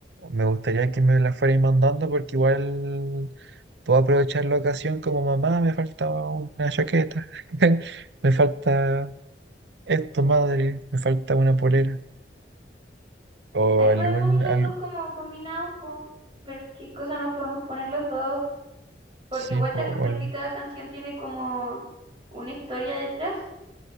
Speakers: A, on the right; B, on the right.
A: me gustaría que me las fueras mandando porque igual puedo aprovechar la ocasión como mamá, me falta una chaqueta, <laughs> me falta esto, madre, me falta una polera o
B: Ahí
A: algún,
B: podemos ir los
A: al-
B: dos como combinados, po, ver qué cosa nos podemos poner los dos, porque
A: sí,
B: igual
A: po,
B: te acordás
A: o-
B: que cada canción tiene como una historia detrás.